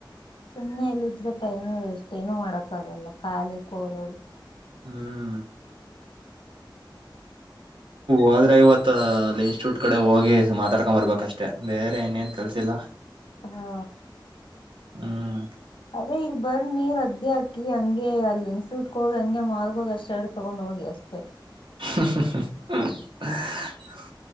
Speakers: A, on the left (about 85°); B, on the right (about 75°).
A: ಸುಮ್ಮ್ನೆ ಇಲ್ ಇದ್ರೆ ಟೈಮ್ ವೇಸ್ಟ್ ಏನು ಮಾಡಕ್ಕ ಆಗಲ್ಲ ಖಾಲಿ ಕೋರೋದು
B: ಹ್ಮ್ ಹೋದ್ರೆ ಇವತ್ ಇನ್ಸ್ಟಿಟ್ಯೂಟ್ ಕಡೆ ಹೋಗಿ ಮಾತಾಡ್ಕೊಂಡ್ಂಬರ್ಬೇಕಷ್ಟೇ ಬೇರೆ ಇನೇನ್ ಕೆಲ್ಸಿಲ್ಲ ಹ
A: ಹಾ
B: ಹ್ಮ್
A: ಅದೇ ಇಲ್ ಬಂದ ರದ್ದಿ ಹಾಕಿ ಹಂಗೆ ಅಲ್ಲಿ ಇನ್ಸ್ಟಿಟ್ಯೂಟ್ ಹೋಗಿ ಹಂಗೆ ಮಾಲ್ಗ ಹೋಗಿ ಅಷ್ಟ ಹೇ ತಗೊಂಡು ಹೋಗಿ ಅಷ್ಟೆ
B: ಹ ಹ ಹ